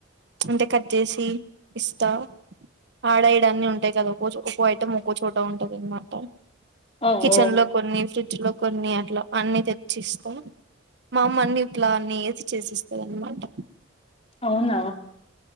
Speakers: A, on the right; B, on the left.
A: అంటే కట్ చేసి ఇస్తా ఆడ ఈడఅన్ని ఉంటాయి కదా రోజు ఒక్కో ఐటం ఒక్కో చోట ఉంటాది అనమాట
B: ఓ
A: కిచెన్
B: ఓ
A: లో కొన్ని ఫ్రిడ్జ్ ఇట్లా కొన్ని అట్లా అన్ని తెచ్చి ఇస్తా మా అమ్మ అన్ని ఇట్లా అని ఏసి చేసి ఇస్తది అన్నమాట
B: అవునా.